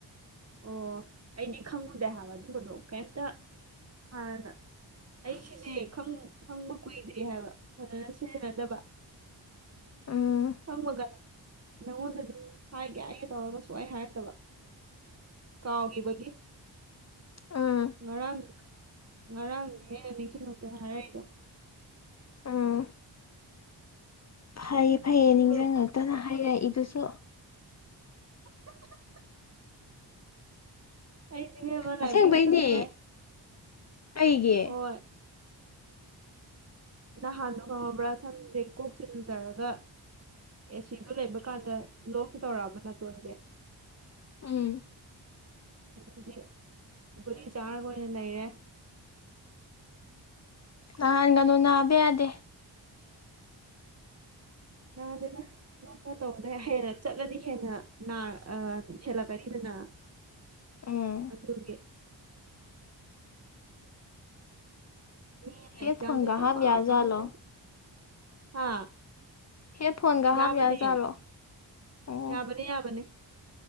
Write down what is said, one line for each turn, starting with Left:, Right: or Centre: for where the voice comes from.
Right: ꯑꯣ ꯑꯩꯗꯤ ꯈꯪꯉꯨꯗꯦ ꯍꯥꯏꯕ ꯑꯗꯨꯒꯝꯕꯗꯣ ꯀꯩꯃꯇ ꯍꯥꯟꯅ ꯑꯩꯁꯨꯅꯦ ꯈꯪꯕ ꯀꯨꯏꯗ꯭ꯔꯤ ꯍꯥꯏꯕ ꯐꯖꯅ ꯁꯤꯖꯤꯟꯅꯗꯕ
Left: ꯎꯝ
Right: ꯈꯪꯉꯕꯅ ꯅꯪꯉꯣꯟꯗ ꯑꯗꯨꯝ ꯍꯥꯏꯒꯦ ꯍꯥꯏꯒꯦ ꯇꯧꯔꯒ ꯁꯨꯛꯍꯥꯏ ꯍꯥꯏꯔꯛꯇꯕ ꯀꯥꯎꯈꯤꯕꯒꯤ
Left: ꯎꯝ
Right: ꯉꯔꯥꯡ ꯉꯔꯥꯡꯅꯦ ꯅꯤꯡꯁꯤꯡꯉꯛꯇꯅ ꯍꯥꯏꯔꯛꯏꯗꯣ
Left: ꯎꯝ ꯐꯩꯌꯦ ꯐꯩꯌꯦ
Right: ꯑꯩꯁꯨ
Left: ꯅꯤꯡꯁꯤꯡꯉꯛꯇꯅ ꯍꯥꯏꯔꯛꯏꯗꯨꯁꯨ
Right: <inaudible> ꯑꯩꯁꯦ ꯏꯕꯦꯝꯃ ꯂꯥꯏꯕ꯭ꯔꯦꯔꯤꯒ
Left: ꯑꯁꯦꯡꯕꯩꯅꯦ
Right: ꯆꯠꯇ꯭ꯔꯦ
Left: ꯑꯩꯒꯤ
Right: ꯍꯣꯏ ꯅꯍꯥꯟꯗꯣ ꯈꯪꯉꯕ꯭ꯔꯥ ꯁꯝꯁꯦ ꯀꯣꯛꯁꯦ ꯂꯨꯖꯔꯒ ꯑꯦ ꯁꯤꯗꯣ ꯂꯩꯕ ꯀꯥꯟꯗ ꯂꯣꯛꯁꯦ ꯇꯧꯔꯛꯑꯕ ꯅꯇꯣꯟꯁꯦ
Left: ꯎꯝ
Right: ꯑꯗꯨꯒꯤ ꯒꯨꯂꯤ ꯆꯥꯔꯒ ꯑꯣꯏꯅ ꯂꯩꯔꯦ
Left: ꯅꯍꯥꯟꯒꯅꯨ ꯅꯥꯕ ꯌꯥꯗꯦ
Right: ꯅꯗꯦꯗ ꯇꯧꯕꯗ ꯍꯦꯟꯅ ꯆꯠꯂꯗꯤ ꯍꯦꯟꯅ ꯅꯥ ꯍꯦꯜꯂꯛꯀꯅꯤꯗꯅ
Left: ꯎꯝ
Right: ꯑꯗꯨꯒꯤ ꯃꯤꯅ
Left: ꯍꯦꯠ
Right: ꯑꯦꯛꯖꯥꯝꯁꯦ
Left: ꯐꯣꯟꯒ
Right: ꯄꯪꯐꯥꯎꯗ
Left: ꯍꯥꯞ ꯌꯥꯖꯥꯠꯂꯣ
Right: ꯐꯥꯎꯅꯩ ꯍꯥ
Left: ꯍꯦꯠ ꯐꯣꯟꯒ
Right: ꯌꯥꯕꯅꯦ
Left: ꯍꯥꯞ ꯌꯥꯖꯥꯠꯂꯣ ꯑꯣ
Right: ꯌꯥꯕꯅꯦ ꯌꯥꯕꯅꯦ